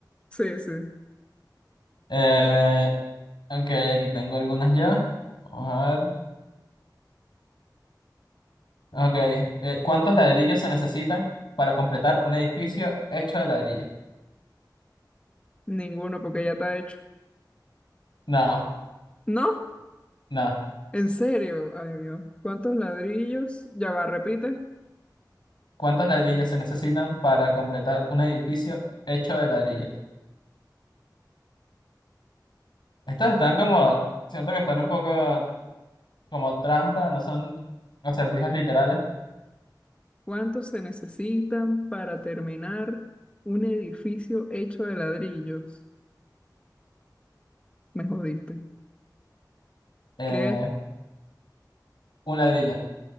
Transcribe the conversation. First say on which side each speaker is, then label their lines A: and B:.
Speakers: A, on the left; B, on the left.
A: Sí, sí,
B: Eh, Ok, aquí tengo algunas ya. Vamos a ver. Ok. eh, ¿cuántos ladrillos se necesitan para completar un edificio hecho de ladrillos?
A: ninguno porque ya está hecho.
B: No,
A: No,
B: no.
A: en serio, ay Dios, ¿cuántos ladrillos? Ya va, repite,
B: ¿Cuántos ladrillos se necesitan para completar un edificio hecho de ladrillos? Estos están como, siento que están un poco como trampa, no son acertijos literales.
A: ¿cuántos se necesitan para terminar un edificio hecho de ladrillos? Me jodiste.
B: Eh,
A: ¿Qué?
B: un ladrillo,